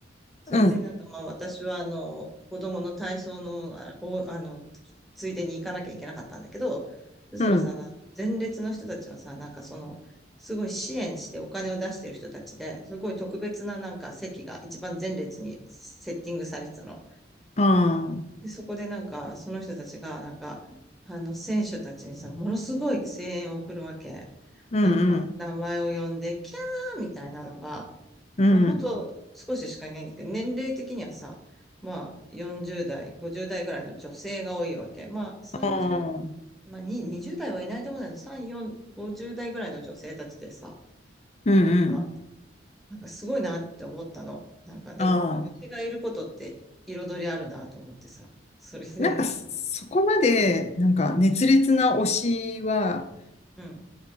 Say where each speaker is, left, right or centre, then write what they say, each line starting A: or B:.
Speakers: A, in the centre; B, on the left.
A: それでなんかまあ私はあの子供の体操の、
B: うん、
A: あを、あの、ついでに行かなきゃいけなかったんだけど、そしたらさ、
B: うん、
A: あの前列の人たちはさ、なんかその、すごい支援してお金を出してる人たちで、すごい特別ななんか席が一番前列にセッティングされてたの。
B: ああ、
A: で、そこでなんかその人たちがなんか、あの選手たちにさ、ものすごい声援を送るわけ。
B: うん、
A: なんか名前を呼んで、
B: うん、
A: キャーみたいなのが、
B: うん、
A: まあ本当少ししかいないんだけど、年齢的にはさ、まあ40代、50代ぐらいの女性が多いわけ。まあ30、
B: ああ、うん、
A: まあに20代はいないと思うんだけど、3、4、50代ぐらいの女性たちでさ、
B: うん、
A: なんか、なんかすごいなって思ったの。なんかでも、
B: ああ、
A: 推しがいることって彩りあるなと思ってさ、それで、
B: なんかそこまで、なんか熱烈な推しは
A: うん、